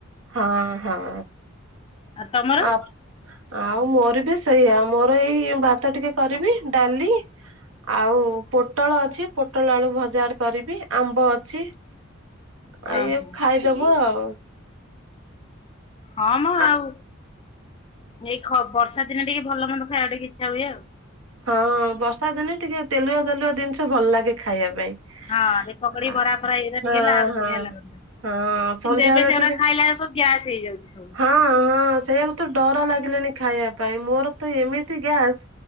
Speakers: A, on the right; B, on the left.
A: ହଁ ହଁ
B: ଆଉ ତମର
A: ଆ ଆଉ ମୋର ବି ସେଇଆଉ ମୋର ଏଇ ଭାତ ଟିକେ କରିବି ଡାଲି ଆଉ ପୋଟଳ ଅଛି ପୋଟଳ ଆଳୁ ଭଜା କରିବି ଆମ୍ବ ଅଛି। ଆଉ
B: ଓହୋ
A: ଇଏ ଖାଇଦବୁ ଆଉ।
B: ହଁ ମା
A: ଆ
B: ଆଉ ଯଇ ଖବ ବର୍ଷା ଦିନେ ଟିକେ ଭଲ ମନ୍ଦ ଖାଇବା ଟିକ ଇଚ୍ଛା ହୁଏ ଆଉ।
A: ହଁ ବର୍ଷା ଦିନେ ଟିକେ ତେଲୁଆ ତେଲୁଆ ଜିନିଷ ଭଲ ଲାଗେ ଖାଇବା ପାଇଁ।
B: ହଁ ଏ ପକଡି
A: ହଁ
B: ଭରା ଫରା ଏଇଟା ଟିକେ ହେଲା ଆହୁରି
A: ହଁ
B: ବଢିଆ ଲାଗନ୍ତା
A: ହଁ ସନ୍ଧ୍ୟାବେଳେ
B: କିନ୍ତୁ ଏବେ ସେଗୁଡା
A: ଟିକେ
B: ଖାଇଲା ବେଳକୁ ଗ୍ୟାସ ହେଇଯାଉଛି।
A: ହଁ ହଁ ସେଇଆକୁ ତ ଡର ଲାଗିଲାଣି ଖାଇବା ପାଇଁ ମୋର ତ ଏମିତି ଗ୍ୟାସ୍।